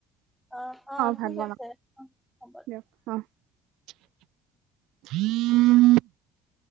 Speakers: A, in the centre; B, on the right.
A: অ অ
B: ভাত
A: ঠিক
B: বনাও
A: আছে অ হ'ব দিয়া।
B: দিয়ক <inaudible>